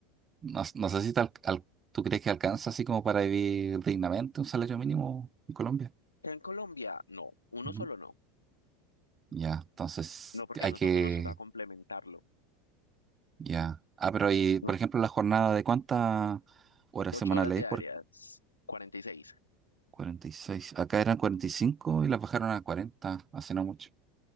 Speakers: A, on the right; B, on the left.
A: No, no sé si te al- al- tú crees que alcanza así como para vivir dignamente un salario mínimo en Colombia.
B: En Colombia, no, uno
A: Ujú.
B: solo no.
A: Ya, entonces
B: No, porque
A: hay
B: a nosotros
A: que,
B: nos toca complementarlo.
A: ya. Ah, pero y, por
B: No-
A: ejemplo, la jornada de cuántas horas
B: Ocho
A: semanales
B: horas diarias,
A: es por
B: 46.
A: cuarenta y seis Acá eran cuarenta y cinco y las bajaron a 40 hace no mucho.